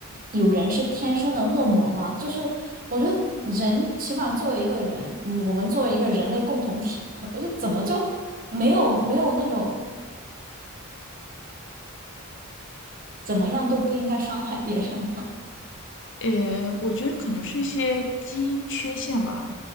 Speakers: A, on the right (about 40°); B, on the left (about 60°).
A: 有人是天生的恶魔吗？就是我觉得人起码作为一个人，你我们作为一个人类共同体，<laughs> 我就怎么就没有没有那种怎么样都不应该伤害别人吗？
B: 呃，我觉得可能是一些基因缺陷吧，